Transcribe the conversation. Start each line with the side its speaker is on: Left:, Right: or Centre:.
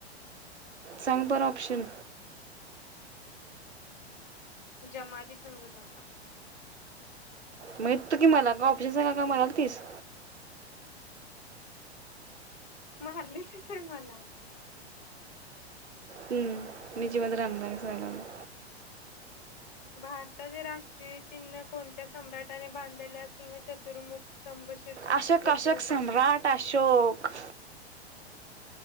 Right: सांग बर ऑप्शन.
Left: जमाली संघ झाला.
Right: मग येत कि मला का ऑप्शन सांगायला मरालतीस.
Left: मारलेचच हाय मला.
Right: हम्म मी जिवंत राहणार आहे सांगायला
Left: भारताचे राष्ट्रीय चिन्ह कोणत्या सम्राटाने बांधलेले सिंह चतुर्मुख स्तंभ शीर्षशी
Right: अशोक
Left: प्रतिरूप
Right: अशोक सम्राट
Left: आहे
Right: अशोक